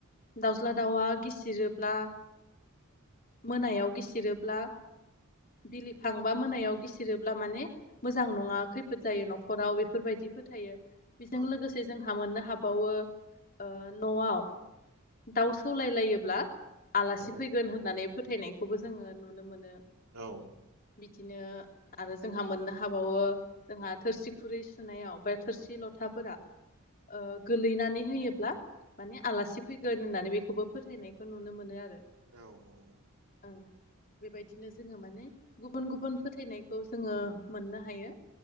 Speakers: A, on the left; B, on the right.
A: दाउज्ला दाउया गिसिरोब्ला मोनायाव गिसिरोब्ला बिलिफांबा मोनायाव गिसिरोब्ला माने मोजां नङा खैफोद जायो नखराव बेफोरबायदि फोथायो। बेजों
B: औ
A: लोगोसे जोंहा मोननो हा बावो ओ न'आव दाउ सौलाय लायोब्ला आलासि
B: औ
A: फैगोन होननानै फोथायनायखौबो जोङो नुनो मोनो।
B: औ।
A: बिदिनो आरो जोंहा मोननो हाबावो जोंहा थोरसि खुरै सुनायाव बा थोरसि लथाफोरा ओ गोलैनानै होयोब्ला माने आलासि फैगोन होननानै बेखौबो फोथायनायखौ नुनो मोनो आरो
B: औ औ।
A: ओं बेबायदिनो जोङो माने गुबुन गुबुन फोथायनायखौ जोङो मोननो हायो।